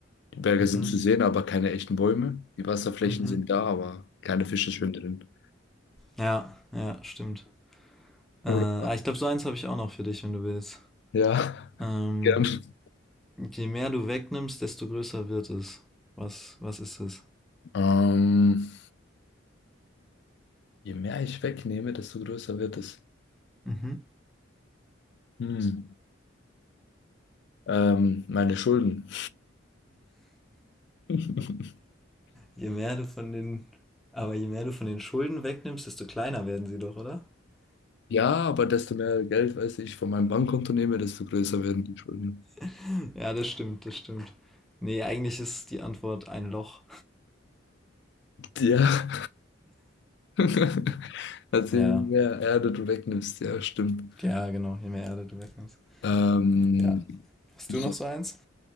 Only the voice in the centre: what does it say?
mhm,
mhm.
Ja, ja, stimmt. Äh,
ah, ich glaube, so eins habe ich auch noch für dich, wenn du willst.
Ähm,
je mehr du wegnimmst, desto größer wird es. Was, was ist es?
Mhm.
Je mehr du von den, aber je mehr du von den Schulden wegnimmst, desto kleiner werden sie doch, oder?
<laughs> Ja, das stimmt, das stimmt. Nee, eigentlich ist die Antwort ein Loch.
Ja,
ja, genau, je mehr Erde du wegnimmst.
Ja. Hast
du noch so eins?